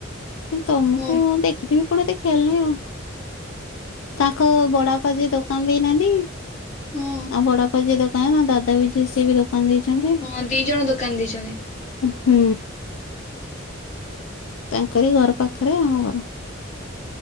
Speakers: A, on the left (about 75°); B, on the left (about 35°).
A: କିନ୍ତୁ ତମକୁ
B: ମୋ
A: ଦେଖିଥିବି କଣ ଏତେ ଖିଆଲ ନାହିଁ ଆଉ। ତାଙ୍କ ବଡାବାପା ଯିଏ ଦୋକାନ ଦେଇନାହାନ୍ତି
B: ହଁ
A: ଆଉ ବଡବାପା ଯିଏ ଦୋକାନ କାଁ ଦାଦା ବି ଯିଏ ସିଏ ବି ଦୋକାନ ଦେଇଛନ୍ତି
B: ହଁ ଦି ଜଣ ଦୋକାନ ଦେଇଚନ୍ତି।
A: ହୁଁ। ତାଙ୍କରି ଘର ପାଖରେ ଆମ ଘର।